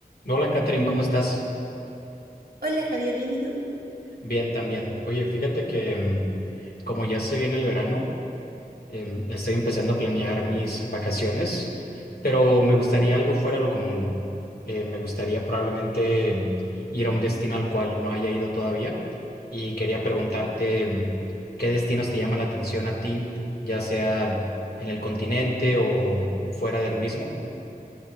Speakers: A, on the left; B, on the right.
A: Hola, Catherine, ¿cómo estás?
B: Hola Javier, ¿bien y tú?
A: Bien, también. Oye, fíjate que mm, como ya se viene el verano, em, estoy empezando a planear mis vacaciones, pero me gustaría algo fuera de lo común. Eh, me gustaría probablemente mm, ir a un destino al cual no haya ido todavía y quería preguntarte mm, qué destinos te llaman la atención a ti, ya sea en el continente o fuera del mismo.